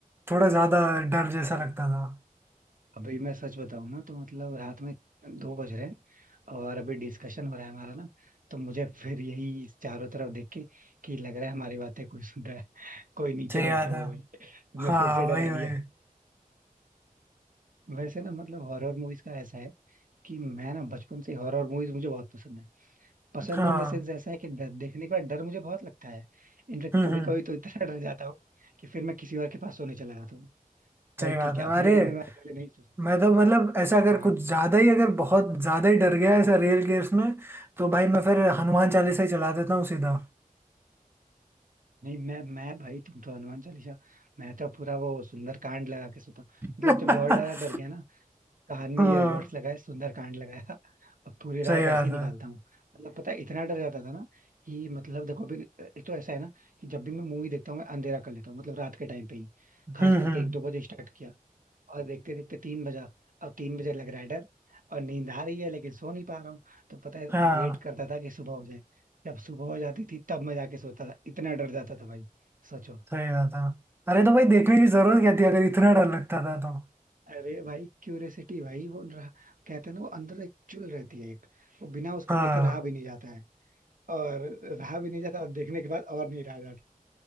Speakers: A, on the right (about 15°); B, on the right (about 65°).
A: थोड़ा ज्यादा डर जैसा
B: अब
A: लगता था
B: अभी मैं सच बताऊं ना तो मतलब रात में दो बज रहे हैं और अभी डिस्कशन हो रहा है हमारा ना तो मुझे फिर यही चारों तरफ देख के कि लग रहा है हमारी बातें कोई सुन रहा है कोई नीचे
A: सही
B: बैठा
A: बात
B: हुआ
A: है
B: है भाई तुमने
A: हाँ
B: फिर से डरा
A: वही
B: दिया
A: वही
B: वैसे ना मतलब हॉरर मूवीज का ऐसा है कि मैं ना बचपन से हॉरर मूवीज मुझे बहुत पसंद है पसंद
A: हाँ
B: इन द सेंस ऐसा है कि डर देखने के बाद डर मुझे बहुत लगता है इनफेक्ट
A: हम्म
B: कभी
A: हम्म
B: कभी तो इतना डर जाता हूँ कि फिर मैं किसी और के पास सोने चला जाता हूँ भाई
A: सही बात
B: ठीक है
A: है
B: अपने
A: अरे
B: रूम में मैं अकेले नहीं सो सकता
A: मैं तो मतलब ऐसा अगर
B: हाँ
A: कुछ ज्यादा ही अगर बहुत ज्यादा ही डर गया ऐसा रियल केस में तो भाई मैं फिर हनुमान चालीसा ही चला देता हूँ सीधा
B: नहीं मैं मैं भाई तुम तो हनुमान चालीसा मैं तो पूरा वो सुंदर कांड लगा के सोता हूँ मतलब
A: <laughs>
B: जब और डरा डर गया ना कान में
A: हाँ
B: ईयरबड्स लगाए सुंदर कांड लगाया और पूरी रात
A: सही
B: ऐसे
A: बात
B: ही निकालता
A: है
B: हूँ मतलब पता है इतना डर जाता था ना कि मतलब देखो अभी एक तो ऐसा है ना कि जब भी मैं मूवी देखता हूँ मैं अंधेरा कर लेता हूँ मतलब रात के टाइम पे ही खास
A: हम्म
B: करके
A: हम्म
B: एक दो बजे स्टार्ट किया और देखते देखते तीन बजा अब तीन बजे लग रहा है डर और नींद आ रही है लेकिन सो नहीं पा रहा हूँ तो पता है
A: हाँ
B: वेट करता था कि सुबह हो जाए जब सुबह हो जाती थी तब मैं जाके सोता था इतना डर जाता था भाई सोचो
A: सही बात है अरे तो भाई देखने की जरूरत क्या
B: हम्म।
A: थी अगर इतना डर लगता था तो
B: अरे भाई क्यूरियसिटी भाई वो रहा कहते हैं ना वो अंदर एक चुल रहती है एक वो बिना उसके
A: हाँ
B: देखे रहा भी नहीं जाता है और रहा भी नहीं जाता और देखने के बाद और नहीं रहा जाता